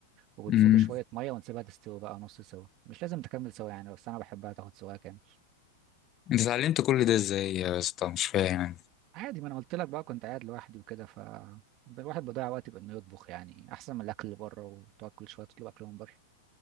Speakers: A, on the right; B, on the left.
A: وبنصب
B: امم
A: شوية مية ونسيبها تستوي بقى نص سوا مش لازم تكمل سوا يعني بس أنا بحبها تاخد سوا كام
B: انت اتعلمت كل ده ازاي يا اسطى مش فاهم يعني.
A: عادي ما أنا قلت لك بقى كنت قاعد لوحدي وكده ف الواحد بيضيع وقت بإنه يطبخ يعني أحسن من الأكل اللي بره وتقعد كل شوية تطلب أكل من بره